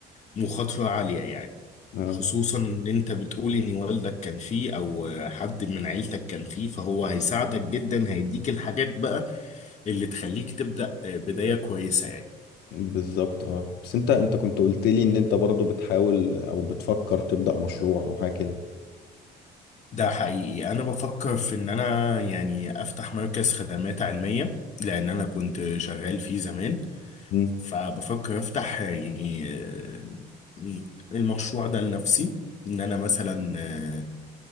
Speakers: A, on the left; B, on the left.
A: مخاطرة عالية يعني
B: اه
A: خصوصا ان انت بتقول ان والدك كان فيه او حد من عيلتك كان فيه فهو هيساعدك جدا هيديك الحاجات بقى اللي تخليك تبدأ بداية كويسة يعني
B: بالظبط اه بس انت انت كنت قلت لي ان انت برضو بتحاول او بتفكر تبدأ مشروع او حاجة كده
A: ده حقيقي انا بفكر في ان انا يعني افتح مركز خدمات علمية لان انا كنت شغال فيه زمان
B: مم.
A: فبفكر افتح يعني آه، المشروع ده لنفسي ان انا مثلا آه،